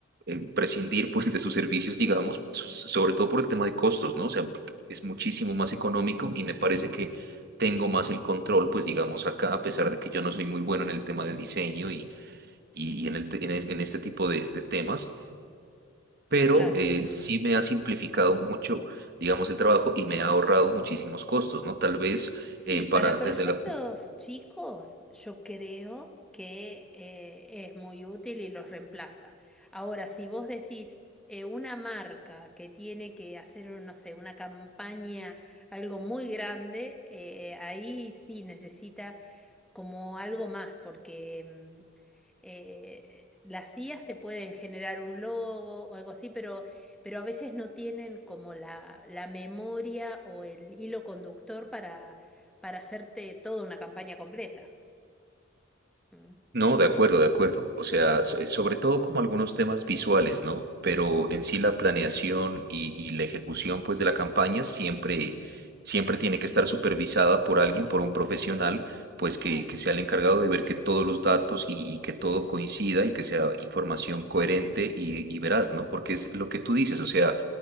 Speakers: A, on the right; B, in the centre.
A: eh, prescindir pues de sus servicios, digamos,
B: <laughs>
A: so- sobre todo por el tema de costos, ¿no? O sea, es muchísimo más económico y me parece que tengo más el control, pues digamos acá, a pesar de que yo no soy muy bueno en el tema de diseño y, y, y en el, te- en es- en este tipo de de temas pero
B: claro.
A: eh, sí me ha simplificado mucho, digamos, el trabajo y me ha ahorrado muchísimos costos, ¿no? Tal vez
B: Sí,
A: eh,
B: para
A: para desde
B: proyectos
A: la
B: chicos yo creo que eh, es muy útil y los reemplaza. Ahora, si vos decís eh, una marca que tiene que hacer, no sé, una campaña, algo muy grande, eh, ahí sí necesita como algo más, porque mm, eh, las IAs te pueden generar un logo o algo así, pero, pero a veces no tienen como la, la memoria o el hilo conductor para, para hacerte toda una campaña completa. Mm.
A: No, de acuerdo, de acuerdo. O sea,
B: Ujú.
A: so- eh, sobre todo como algunos temas visuales, ¿no? Pero en sí la planeación y, y la ejecución, pues, de la campaña siempre, siempre tiene que estar supervisada por alguien, por un profesional, pues,
B: Claro.
A: que, que sea el encargado de ver que todos los datos y, y que todo coincida y que sea información coherente y, y veraz, ¿no? Porque es lo que tú dices, o sea,